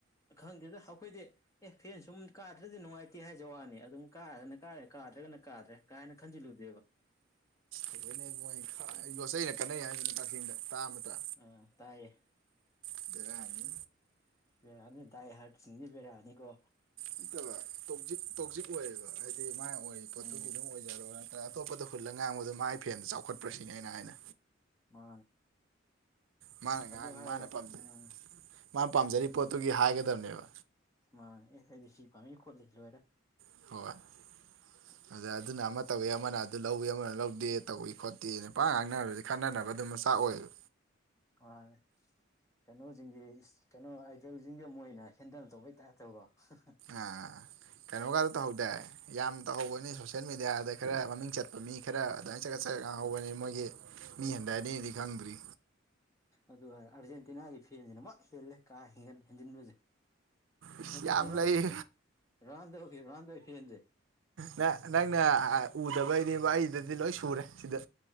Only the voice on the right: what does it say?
ꯑꯩꯣꯏ ꯃꯣꯏ ꯌꯣꯠꯆꯩꯅ ꯀꯥꯟꯅꯩ ꯍꯥꯏꯗꯅ ꯀꯛꯆꯤꯡꯗ ꯇꯥ ꯑꯃꯗ
ꯑꯗꯨꯔ ꯍꯥꯏꯅꯤ
ꯅꯠꯇꯕ ꯇ ꯇꯣꯛꯖꯤꯛ ꯑꯣꯏꯌꯦꯦꯕ ꯍꯥꯏꯗꯤ ꯃꯥꯒꯤ ꯑꯣꯏꯔꯤ ꯄꯣꯠꯇꯨꯒꯤ
ꯑꯗꯨꯝ ꯑꯣꯏꯖꯔꯣ ꯅꯠꯇ꯭ꯔꯒ ꯑꯇꯣꯞꯄꯗ ꯍꯨꯜꯂ ꯉꯥꯡꯕꯗꯣ ꯃꯥꯒꯤ ꯐꯦꯟꯗ ꯆꯥꯎꯈꯠꯄ꯭ꯔꯁꯤꯅꯦꯅ ꯍꯥꯏꯅ
ꯃꯥꯅ ꯉꯥꯡ
ꯃꯥꯅ ꯄꯥꯝꯖꯩ
ꯃꯥꯅ ꯄꯥꯝꯖꯔꯤꯕ ꯄꯣꯠꯇꯨꯒꯤ ꯍꯥꯏꯒꯗꯕꯅꯦꯕ
<inaudible>
ꯑꯗ ꯑꯗꯨꯅ ꯑꯃ ꯇꯧꯋꯤ ꯑꯃꯅ ꯑꯗꯨ ꯂꯧꯏ ꯑꯃꯅ ꯂꯧꯗꯦ ꯇꯧꯏ ꯈꯣꯠꯇꯦ ꯅ ꯄꯥꯥꯛꯉꯥꯡ ꯉꯥꯡꯅꯔꯕꯗꯤ ꯈꯟꯅꯅꯕ ꯑꯗꯨꯝ ꯃꯆꯥꯛ ꯑꯣꯏꯌꯦꯕ
ꯑꯥ ꯀꯩꯅꯣꯒꯗ ꯇꯧꯍꯧꯗꯦ ꯌꯥꯝ ꯇꯧꯍꯧꯕꯅꯤ ꯁꯣꯁꯦꯜ ꯃꯦꯗꯤꯌꯥꯗ ꯈꯔ ꯃꯃꯤꯡ ꯆꯠꯄ ꯃꯤ ꯈꯔ ꯑꯗꯨꯃꯥꯏꯅ ꯆꯒꯠꯆ ꯉꯥꯡꯍꯧꯕꯅꯤ ꯃꯣꯏꯒꯤ ꯃꯤ ꯍꯦꯟꯗꯥꯅꯤꯗꯤ
ꯈꯪꯕꯔꯤ
ꯏꯁ
ꯌꯥꯝ
ꯂꯩ
ꯅ ꯅꯪꯅ ꯎꯗꯕꯩꯅꯦꯕ ꯑꯩꯗꯗꯤ ꯂꯣꯏ ꯁꯨꯔꯦ ꯁꯤꯗ